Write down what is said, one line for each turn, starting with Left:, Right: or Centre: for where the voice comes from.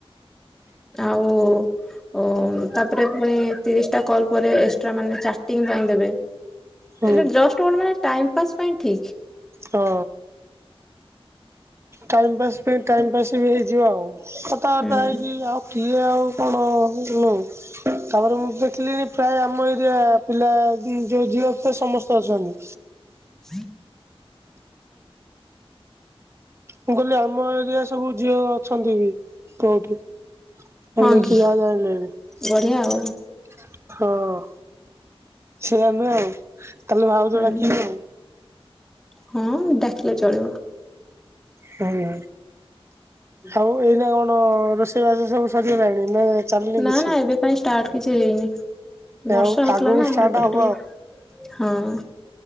Centre: ଆଉ ଉ-ଉମ୍ ତାପରେ ପୁଣି ତିରିଶ ଟା କଲ ପରେ ଏ ଷ୍ଟ୍ରା ମାନେ ଚାଟିଙ୍ଗ ପାଇଁ ଦେବେ,
Right: ହୁଁ
Centre: ଏ ଜଷ୍ଟ କଣ ମାନେ ଟାଇମ୍ ପାସ୍ ପାଇଁ ଠିକ୍।
Right: ହଅ। ଟାଇମ ପାସ୍ ଏମତି ଟାଇମ୍ ପାସ୍ ବି ହେଇଯିବ ଆଉ କଥାବାର୍ତ୍ତା
Centre: ହୁଁ
Right: ହେଇକି ଆଉ କିଏ ଆଉ କଣ ଲୋଉ ତାପରେ ମୁଁ ଦେଖିଲିଣି ପ୍ରାୟ ଆମ ଏରିଆ ପିଲା ବି ଯୋଉ ଝିଅ ଫିଅ ସମସ୍ତେ ଅଛନ୍ତି।
Centre: <unintelligible>
Right: ମୁଁ କହିଲି ଆମ ଏରିଆ ସବୁ ଝିଅ ଅଛନ୍ତି ବି। କଉଠି, ମୁଁ
Centre: ହଁ
Right: ଦେଖି
Centre: କି
Right: ଯାହା ଜାଣିଲିଣୀ।
Centre: ବଢିଆ ଆଉ
Right: ହଁଅ। ସେମ ଆଉ ତାହେଲେ ଭାଉଜ
Centre: ହୁଁ
Right: ଡାକିଵି ଆଉ।
Centre: ହଁ ଡାକିଲେ ଚଳିବ।
Right: ହୁଁ।
Centre: ହ <unintelligible>
Right: ଆଉ ଏଇନା କଣ ରୋଷେଇବାଶ ସବୁ ସରିଗଲାଣି ନା ଚାଲିନି
Centre: ନା
Right: କିଛି?
Centre: ନା ଏବେ ପାଇଁ ଷ୍ଟାର୍ଟ କିଛି ହେଇନି ବର୍ଷା
Right: ଆଉ
Centre: ହଉଥିଲା
Right: ଆଗକୁ
Centre: ନା
Right: ଷ୍ଟାର୍ଟ
Centre: ଆମର ଏପଟେ
Right: ହବ
Centre: ଟିକେ, ହଁ।